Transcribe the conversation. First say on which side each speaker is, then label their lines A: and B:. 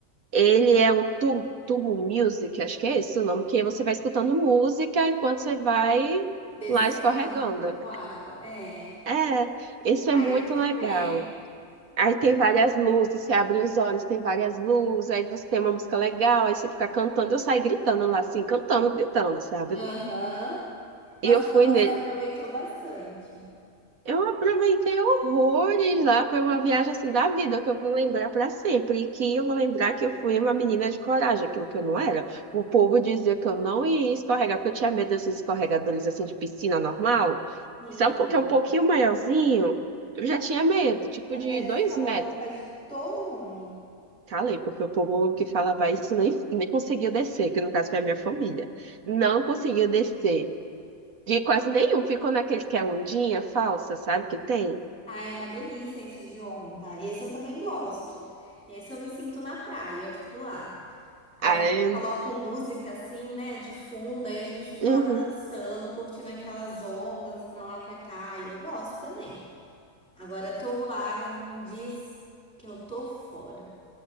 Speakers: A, on the right; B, in the centre.
A: Ele é o tubo, tubo Music, acho que é esse o nome, que você vai escutando música enquanto você vai
B: Descendo
A: lá escorregando.
B: lá no tubo água. É.
A: É, isso
B: Aí
A: é muito
B: tudo
A: legal.
B: bem.
A: Aí tem várias luzes, você abre os olhos, tem várias luzes, aí você tem uma música legal, aí você fica cantando, eu saí gritando lá, assim, cantando, gritando, sabe?
B: Aham.
A: E
B: Nossa,
A: eu fui
B: então você
A: nele.
B: aproveitou bastante.
A: Eu aproveitei horrores lá, foi uma viagem assim da vida que eu vou lembrar para sempre, e que eu vou lembrar que eu fui uma menina de coragem, aquilo que eu não era. O povo dizia que eu não ia escorregar, porque eu tinha medo desses escorregadores assim de piscina normal,
B: Sim.
A: só um pouco- que é um pouquinho maiorzinho. Eu já tinha medo, tipo
B: Tá
A: de
B: vendo?
A: dois
B: Você calou
A: metros.
B: a boca de todo mundo.
A: Calei, porque o povo que falava isso nem, nem conseguia descer, que no caso foi a minha família. Não conseguia descer. De quase nenhum. Ficou naquele que é ondinha falsa, sabe que tem?
B: Ah, é uma delícia esse de onda. Esse eu também gosto. Esse eu me sinto na praia, eu fico lá. Aí
A: Aí,
B: colocam música assim, né, de fundo, aí a gente fica
A: uhum.
B: lá dançando, curtindo aquelas ondas pra lá, pra cá, e eu gosto também. Agora, tobo água, não me diz que eu tô fora.